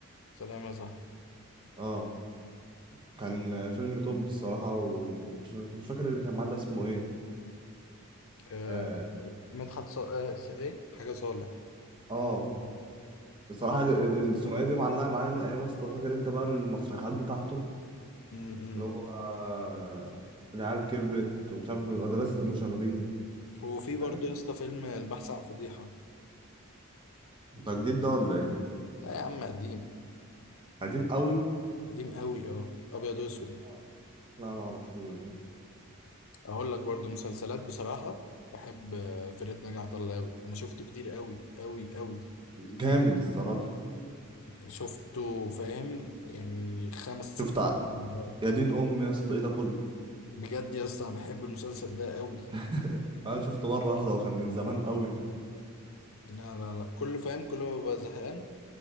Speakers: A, on the left; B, on the right.
A: سلام يا صاحبي
B: اه كان فيلم توب الصراحه ومش مش فاكر اللي كان معاه ده اسمه ايه
A: آه.
B: اه,
A: مدحت ص... آه. س- ايه حاجه صالح
B: آه. بصراحه ال- ال- الثنائيه دي معلقه معايا من ايام يا اسطى فاكر انت بقى المسرحيات بتاعته
A: م- م-
B: اللي هو
A: م.
B: آه، العيال كبرت ومش عارف مدرسه المشاغبين
A: وفي برضه
B: يعني
A: يا اسطى فيلم البحث عن فضيحه
B: ده جديد ده ولا ايه
A: لا يا عم قديم
B: قديم قوي
A: قديم قوي اه ابيض واسود
B: آه. لا ما اعرفوش
A: اقول لك برضو مسلسلات بصراحه بحب آه، فرقه ناجي عطا الله قوي انا شفته كتير قوي قوي قوي
B: جامد الصراحه
A: شفته فاهم يعني خمس ست
B: شفت ع-
A: مرات
B: يا دين امي يا اسطى ايه ده كله
A: بجد يا اسطى انا بحب المسلسل ده قوي
B: <laughs> انا شفته مره واحده وكان من زمان قوي يعني
A: لا لا لا كل فاهم كل ما ببقى زهقان